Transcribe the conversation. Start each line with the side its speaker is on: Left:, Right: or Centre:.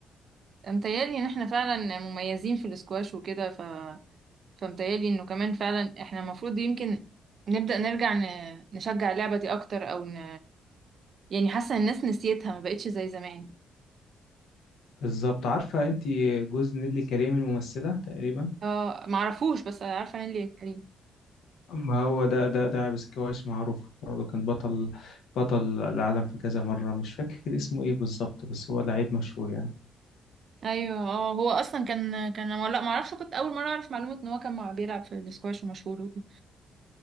Right: متهيألي ان احنا فعلا مميزين في السكواش وكده ف... فمتهيألي انه كمان فعلا احنا المفروض يمكن نبدأ نرجع ن... نشجع اللعبة دي اكتر او ن... يعني حاسة ان الناس نسيتها ما بقتش زي زمان
Left: بالظبط عارفة أنت جوز نيلي كريم الممثلة تقريبا
Right: اه معرفوش بس عارفه انا اللي كريم
Left: ما هو ده ده ده عابس كويس معروف برضه كان بطل بطل العالم في كذا مرة مش فاكر اسمه ايه بالظبط بس هو لعيب مشهور يعني
Right: ايوه اه هو اصلا كان كان أنا- لا ما اعرفش كنت اول مره اعرف معلومه ان هو كان مع- بيلعب في السكواش ومشهور وكده